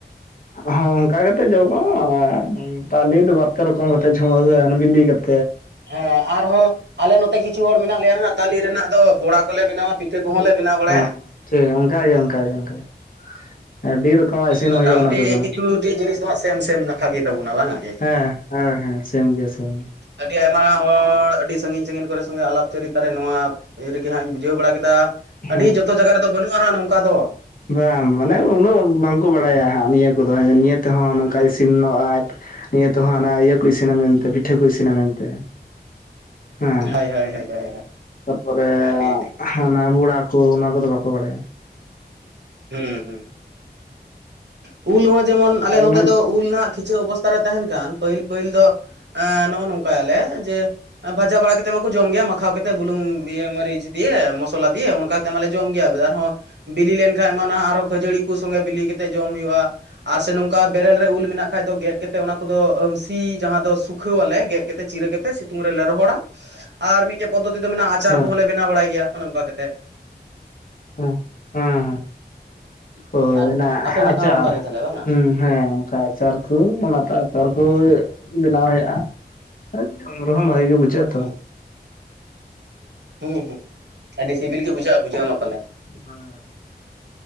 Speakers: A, on the left; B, on the right.
A: ᱦᱚᱸ ᱚᱱᱠᱟ ᱜᱮᱛᱚ ᱡᱚ ᱚᱣ ᱛᱟᱞᱤ ᱫᱚ ᱵᱟᱨ ᱯᱮ ᱨᱚᱠᱚᱢ ᱠᱟᱛᱮ ᱡᱷᱚᱢᱚᱜ ᱟᱥᱮ ᱦᱟᱱᱮ ᱵᱤᱞᱤ ᱠᱟᱛᱮ
B: ᱦᱮᱸ ᱟᱨᱦᱚᱸ ᱟᱞᱮ ᱱᱚᱛᱮ ᱠᱤᱪᱷᱩ ᱦᱚᱲ ᱢᱮᱱᱟᱜ ᱞᱮᱭᱟ ᱦᱟᱸᱜ ᱛᱟᱞᱤ ᱨᱮᱱᱟᱜ ᱫᱚ ᱵᱚᱲᱟ ᱠᱚᱞᱮ ᱵᱮᱱᱟᱣᱟ ᱯᱤᱴᱷᱟᱹ ᱠᱚᱦᱚᱸ ᱞᱮ ᱵᱮᱱᱟᱣ ᱵᱟᱲᱟᱭᱟ
A: ᱚᱸ ᱴᱷᱮᱭᱟ ᱚᱱᱠᱟ ᱜᱮ ᱚᱱᱠᱟ ᱜᱮ ᱚᱱᱠᱟ ‌ᱜᱮ ᱟᱹᱰᱤ ᱨᱚᱠᱚᱢᱟᱜ ᱤᱥᱤᱱ
B: ᱢᱚᱴᱟᱢᱩᱴᱤ
A: ᱦᱩᱭᱩᱜ-ᱟ ᱱᱚᱛᱮ ᱫᱚ
B: ᱠᱤᱪᱷᱩᱴᱤ ᱡᱤᱱᱤᱥ ᱥᱮᱢ ᱥᱮᱢ‌ ᱱᱟᱠᱷᱟ ᱛᱟᱵᱚᱱᱟ ᱵᱟᱝᱟᱜ ᱜᱮ
A: ᱦᱮᱸ ᱦᱮᱸ ᱦᱮᱸ ᱥᱮᱢ ᱜᱮ ᱥᱮᱢ ᱜᱮ
B: ᱟᱹᱰᱤ ᱟᱭᱢᱟ ᱦᱚᱲ ᱟᱹᱰᱤ ᱥᱟᱺᱜᱤᱧ ᱥᱟᱺᱜᱤᱧ ᱠᱚᱨᱮ ᱥᱚᱸᱜᱮ ᱟᱞᱟᱯ ᱪᱟᱹᱨᱤᱛᱟ ᱨᱮ ᱱᱚᱣᱟ ᱤᱭᱟᱹ ᱨᱮᱜᱮ ᱦᱟᱸᱜ ᱤᱧ ᱵᱩᱡᱷᱟᱹᱣ ᱵᱟᱲᱟ ᱠᱮᱫᱟ
A: ᱜᱮ
B: ᱟᱹᱰᱤ
A: ᱦᱮᱸ
B: ᱡᱚᱛᱚ ᱡᱟᱭᱜᱟ ᱨᱮᱫᱚ ᱵᱟᱹᱱᱩᱜ-ᱟ ᱦᱟᱸᱜ ᱱᱩᱝᱠᱟ ᱫᱚ
A: ᱵᱟᱝ ᱢᱟᱱᱮ ᱩᱱᱟᱹᱜ ᱵᱟᱝ ᱠᱚ ᱵᱟᱲᱟᱭᱟ ᱦᱟᱸᱜ ᱱᱤᱭᱟᱹ ᱠᱚ ᱫᱚ ᱱᱤᱭᱟᱹ ᱛᱮᱦᱚᱸ ᱱᱚᱝᱠᱟ
B: ᱦᱩᱸ
A: ᱤᱥᱤᱱᱚᱜ-ᱟᱡ ᱱᱤᱭᱟᱹ ᱛᱮᱦᱚᱸ ᱦᱟᱱᱟ ᱤᱭᱟᱹ ᱠᱚ ᱤᱥᱤᱱᱟ ᱢᱮᱱᱛᱮ ᱯᱤᱴᱷᱟᱹ ᱠᱩ ᱤᱥᱤᱱᱟ ᱢᱮᱱᱛᱮ ᱦᱮᱸ
B: ᱦᱳᱭ ᱦᱳᱭ ᱦᱳᱭ ᱦᱳᱭ
A: ᱛᱟᱨᱯᱚᱨᱮ
B: ᱟᱹᱰᱤ ᱴᱟᱜ ᱜᱮ
A: ᱦᱟᱱᱟ ᱵᱚᱲᱟ ᱛᱚ ᱚᱱᱟ ᱠᱚᱫᱚ ᱵᱟᱠᱚ ᱵᱟᱲᱟᱭᱟ
B: ᱩᱸᱻ ᱩᱸ ᱩᱞ ᱦᱚᱸ ᱡᱮᱢᱚᱱ
A: ᱦᱩᱸ
B: ᱟᱞᱮ ᱱᱚᱛᱮ
A: ᱦᱮᱸ
B: ᱫᱚ ᱩᱞ ᱟᱜ ᱠᱤᱪᱷᱩ ᱚᱵᱚᱥᱛᱛᱟ ᱨᱮ ᱛᱟᱦᱮᱱ ᱠᱷᱟᱱ ᱯᱟᱹᱦᱤᱞ ᱯᱟᱹᱦᱤᱞ ᱫᱚ ᱱᱚᱜᱼᱚ ᱱᱚᱝᱠᱟ ᱠᱟᱭᱟᱞᱮ ᱡᱮ ᱵᱷᱟᱡᱟ ᱵᱟᱲᱟ ᱠᱟᱛᱮ ᱢᱟᱠᱚ ᱡᱚᱢ ᱜᱮᱭᱟ ᱢᱟᱠᱷᱟ ᱠᱟᱛᱮᱮᱫ ᱵᱩᱞᱩᱝ ᱤᱭᱟᱹ ᱢᱟᱹᱨᱤᱪ ᱫᱤᱭᱮ ᱢᱚᱥᱞᱟ ᱫᱤᱭᱮ ᱚᱱᱠᱟᱛᱮ ᱢᱟᱞᱮ ᱡᱚᱢ ᱜᱮᱭᱟ ᱟᱨᱦᱚᱸ ᱵᱤᱞᱤ ᱟᱭ ᱢᱟᱱᱟᱜ ᱠᱷᱟᱹᱡᱟᱹᱲᱤ ᱠᱚ ᱥᱚᱸᱜᱮ ᱵᱤᱞᱤ ᱠᱟᱛᱮ ᱡᱚᱢ ᱦᱩᱭᱩᱜᱼᱟ ᱟᱨ ᱥᱮ ᱱᱚᱝᱠᱟ ᱵᱮᱨᱮᱞ ᱨᱮ ᱩᱞ ᱢᱮᱱᱟᱜ ᱠᱷᱟ ᱫᱚ ᱜᱮᱫ ᱠᱟᱛᱮ ᱚᱱᱟᱠᱚ ᱫᱚ ᱟᱢᱥᱤ ᱡᱟᱦᱟᱸ ᱫᱚ ᱥᱩᱠᱷᱟᱹᱣᱟᱞᱮ ᱜᱮᱫ ᱠᱟᱛᱮ ᱪᱤᱨᱟᱹ ᱠᱟᱛᱮ ᱥᱤᱛᱩᱝ ᱨᱮᱞᱮ ᱨᱚᱦᱚᱲᱟ ᱟᱨ ᱢᱤᱫᱴᱮᱡ ᱯᱚᱫᱚᱛᱤ ᱢᱮᱱᱟᱜᱼᱟ ᱟᱪᱟᱨ
A: ᱦᱮᱸ
B: ᱠᱚᱦᱚᱸ ᱞᱮᱮ ᱵᱮᱱᱟᱣ ᱵᱟᱲᱟᱭ ᱜᱮᱭᱟ ᱚᱱᱮ ᱚᱱᱠᱟ ᱠᱟᱛᱮᱫ
A: ᱦᱮᱸ ᱦᱮᱸ ᱦᱳᱭ
B: ᱟᱨ
A: ᱚᱱᱟ
B: ᱟᱯᱮ ᱱᱟᱠᱷᱟ
A: ᱟᱪᱟᱨ
B: ᱦᱚᱸ ᱚᱱᱠᱟ ᱜᱮ ᱛᱟᱦᱚᱞᱮ ᱵᱟᱝᱟ
A: ᱦᱮᱸ ᱚᱱᱠᱟ ᱟᱪᱟᱨ ᱠᱚ ᱚᱱᱟ ᱟᱪᱟᱨ ᱠᱚ ᱦᱳᱭ ᱵᱮᱱᱟᱣ ᱦᱩᱭᱩᱜᱼᱟ ᱡᱚᱢ ᱨᱮᱦᱚᱸ ᱵᱷᱟᱜᱮ ᱜᱮ ᱵᱩᱡᱷᱟᱹᱜ ᱟᱛᱚ
B: ᱦᱩᱸ ᱦᱩᱸ ᱦᱩᱸ ᱟᱰᱤ ᱫᱮᱥᱤ ᱵᱤᱞ ᱜᱮ ᱵᱩᱡᱣᱟ ᱵᱩᱡᱷᱟᱹᱟ ᱯᱟᱞᱮ
A: ᱦᱮᱸ